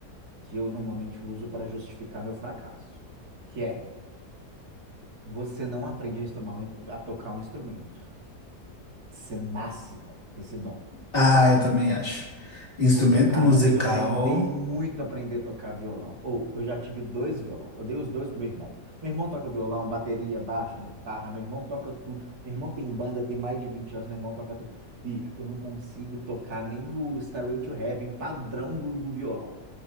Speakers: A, on the right; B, on the left.
A: que eu normalmente uso para justificar meu fracasso, que é, você não aprende a, instrumar- a tocar um instrumento. Você nasce, velho, com esse dom.
B: Ah, eu também acho. Instrumento
A: Porque, cara,
B: musical.
A: eu tentei muito aprender a tocar violão. Ou eu já tive dois violão. Eu dei os dois pro meu irmão. Meu irmão toca violão, bateria, baixo, guitarra. Meu irmão toca tudo. Meu irmão tem banda, tem mais de 20 anos. Meu irmão toca tudo. Bicho, eu não consigo tocar nem o Stairway to Heaven padrão do, do violão.